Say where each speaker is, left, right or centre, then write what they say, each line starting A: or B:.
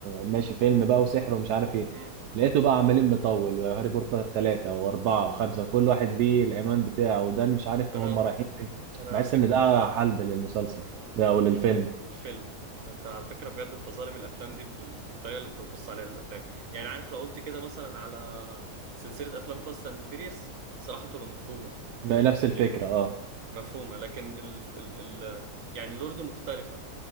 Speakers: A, on the right; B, on the right.
A: ماشي فيلم بقى وسحر ومش عارف ايه
B: امم
A: لقيته بقى عمالين مطول وهاري بوتر ثلاثة وأربعة وخمسة وكل واحد ليه العنوان بتاعه وده اللي مش عارف
B: انا
A: هم رايحين فين
B: انا
A: بحس
B: على فكره
A: إن ده
B: انت
A: حلب للمسلسل
B: يعني-
A: أو للفيلم
B: ها الفيلم انت على فكره بجد انت ظالم الافلام دي بال... بالطريقه اللي انت بتبص عليها للافلام يعني عارف لو قلت كده مثلا على سلسله افلام فاست اند فيريوس صراحه تبقى مفهومه
A: نفس الفكرة
B: يعني م-
A: اه
B: مفهومه لكن ال... ال... ال... يعني لورد مختلفه